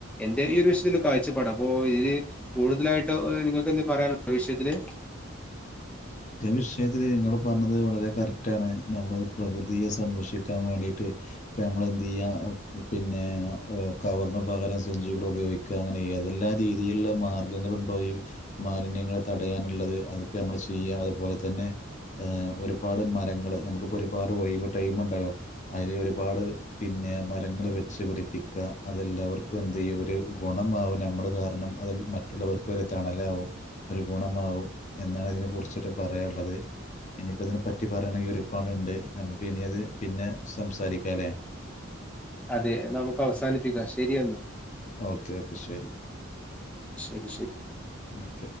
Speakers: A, in the centre; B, on the left (about 35°).
A: എന്റെ ഈ ഒരു വിശയത്തിൽ കാഴ്ചപ്പാടെ അപ്പോ ഈ കൂടുതലായിട്ടോ എനിക്കൊക്കീ എന്ത് പറയാനീവിഷയത്തില്
B: ഈ വിഷയത്തിൽ നിങ്ങൾ പറഞ്ഞത് വളരെ കറക്റ്റാണ് നമ്മൾ പ്രകൃതിയെ സംരക്ഷിക്കാൻ വേണ്ടിയിട്ട് ഇപ്പം നമ്മളെന്ത് ചെയ്യാ പിന്നെ കവറിന് പകരം സെഞ്ചികൾ ഉപയോഗിക്കുക അങ്ങനെ ഏതെല്ലാ രീതിയിലുള്ള മാർഗ്ഗം മാർഗ്ഗങ്ങളുണ്ടോ ഈ മാലിന്യങ്ങളെ തടയാനുള്ളത് അതൊക്കെ നമ്മൾ ചെയ്യുക അതുപോലെ തന്നെ ഏ ഒരുപാട് മരങ്ങളെ നമുക്കിപ്പോൾ ഒരുപാട് വൈ ടൈമുണ്ടല്ലോ അതിൽ ഒരുപാട് പിന്നെ മരങ്ങൾ വെച്ച് പിടിപ്പിക്കുക അതെല്ലാവർക്കും എന്ത് ചെയ്യുക ഒരു ഗൊണം മാവു നമ്മളു കാരണം അതിൽ മറ്റുള്ളവർക്കൊരു തണലാകും ഒരു ഗുണമാവും എന്നാണ് ഇതിനെക്കുറിച്ച് കുറിച്ചിട്ട് പറയാനുള്ളത് ഇനിയിപ്പോ ഇതിനെ പറ്റി പറയണെങ്കിൽ ഒരുപാടുണ്ട് നമുക്ക് ഇനി അത് പിന്നെ സംസാരിക്കാല്ലേ
A: അതെ നമുക്ക് അവസാനിപ്പിക്കാം ശരിയെന്നാ
B: ഓക്കെ ഓക്കെ ശരി
A: ശരി ശരി
B: ഓക്കെ